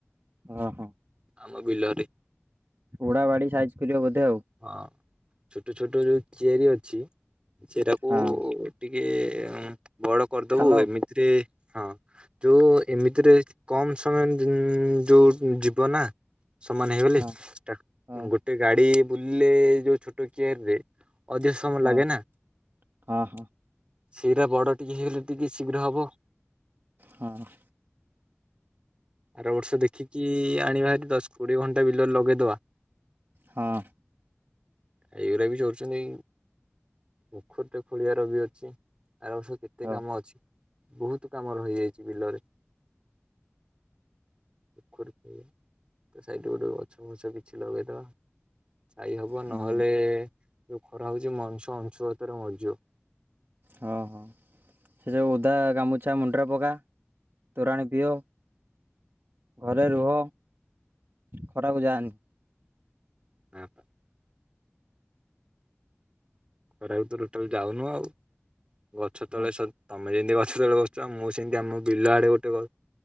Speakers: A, on the right; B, on the right.
A: ଅହଁ।
B: ଆମ ବିଲରେ।
A: ଉଡା ବାଡି ସାଇଜ୍ କରିବା ବୋଧେ ଆଉ।
B: ହଁ ଛୋଟ ଛୋଟ ଯୋଉ ଚିଆରି ଅଛି ସେଇଟା। କୁ
A: ହଁ
B: ଟିକେ ଉଁ ବଡ କରିଦବୁ
A: ଖାଲ
B: ଏମିତିରେ ହଁ। ଯୋଉ ଏମିତିରେ କମ ସମୟ ଇଁ ଯୋଉ ଯିବ ନା। ସମାନ ହେଇଗଲି
A: ହଁ
B: ଟା
A: ହଁ
B: ଉଁ ଗୋଟେ ଗାଡି। ବୁଲିଲେ ଯୋଉ ଛୋଟ କିଆରିରେ ଅଧିକ ସମୟ
A: ହଁ।
B: ଲାଗେ ନା।
A: ହଁ ହଁ
B: ସେଇଟା ବଡ଼ ଟିକେ ହେଇଗଲେ ଟିକେ ଶୀଘ୍ର ହବ।
A: ହଁ।
B: ଆର ବର୍ଷ ଦେଖିକି ଆଣିବା ହେରି ଦଶ, କୋଡିଏ ଘଣ୍ଟା ବିଲରେ ଲଗେଇଦବା।
A: ହଁ।
B: ଏଇଗୁରା ବି ଚରୁୁଛନ୍ତି। ପୋଖରୀଟେ ଖୋଳିବାର ବି ଅଛି ଆର ବର୍ଷ କୁ କେତେ
A: ହଉ
B: କାମ ଅଛି ବହୁତ କାମ ରହିଯାଇଛି ବିଲରେ। ପୋଖରୀକୁ ତା ସାଇଟରେ ଗୋଟେ ଗଛ ଫଛ କିଛି ଲଗେଇଦବା। ଯାଇ ହବ ନହେଲେ
A: ହୁଁ
B: ଯୋଉ ଖରା ହଉଛି ମଣିଷ ଅଂଶୁଘାତରେ ମରିଯିବ।
A: ହଁ ହଁ। ସେ ଯେଉ ଓଦା ଗାମୁଛା ମୁଣ୍ଡ ରେ ପକା, ତୋରାଣି ପିଅ। ଘରେ ରୁହ ଖରାକୁ ଯାନି।
B: ନା ପା। ଖରାକୁ ତ ଟୋଟାଲ ଯାଉନୁ ଆଉ ଗଛ ତଳେ
A: ହଁ
B: ସ ତ ତମେ ଯେମିତି ଗଛ ତଳେ ବସୁଛ ମୁଁ ସେମିତି ଆମ ବିଲ ଆଡେ ଗୋଟେ ଗ